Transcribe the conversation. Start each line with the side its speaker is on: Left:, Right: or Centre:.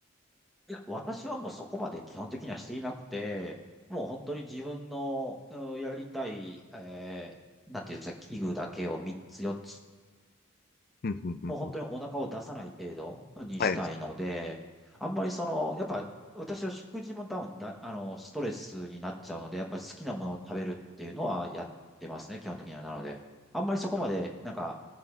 Centre: いや、私はもうそこまで基本的にはしていなくて、もう本当に自分の、うんやりたい、えーなんていうんですか、器具だけを3つ4つ、
Left: うんうんうんうん。
Centre: もう本当にお腹を出さない程度にしたいので、
Left: はい。
Centre: あんまりその、やっぱ私は食事も多分だ、あの、ストレスになっちゃうので、やっぱり好きなものを食べるっていうのはやってますね、基本的には。なので、あんまりそこまで、なんか、